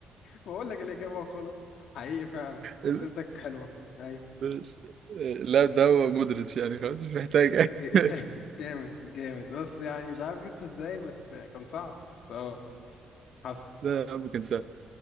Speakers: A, on the left; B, on the right.
A: ما اقول لك الاجابه وخلاص حقيقي فعلا
B: ال-
A: اسئلتك حلوه ايوه
B: ماشي. آه، اللاعب ده هو مودريتش يعني خلاص مش محتاج
A: ج-
B: <laughs>
A: ج- جامد جامد بس يعني مش عارف جبته ازاي بس كان صعب بس اه حصل
B: لا يا عم كان سهل